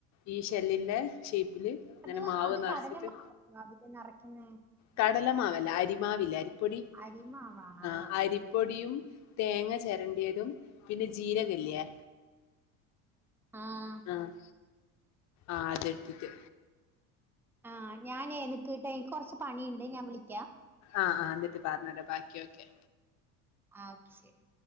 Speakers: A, on the left; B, in the centre.
A: ഈ ഷെല്ലിന്റെ ഷേപ്പില് ഇങ്ങനെ
B: അത്
A: മാവ്
B: അത്
A: നെറച്ചിട്ട്
B: കടല മാവല്ലേ അതില് നിറയ്ക്കുന്ന
A: കടലമാവല്ല അരിമാവിലേ അരിപ്പൊടി
B: അരിമാവാണോ
A: ആ അരി പൊടിയും തേങ്ങ ചിരണ്ടിയതും പിന്നെ ജീരകല്ലിയ
B: ആഹ
A: ആഹ് ആഹ് അതെടുത്തിട്ട്
B: ആഹ ഞാനേ നിക്ക്ട്ട എനിക്ക് കൊറച്ച് പണിയുണ്ട് ഞാൻ വിളിക്കാം
A: ആഹ് ആഹ് എന്നിട്ട് പറഞ്ഞേര ബാക്കി ഓക്കെ
B: ആഹ് ഓക്കെ ശരി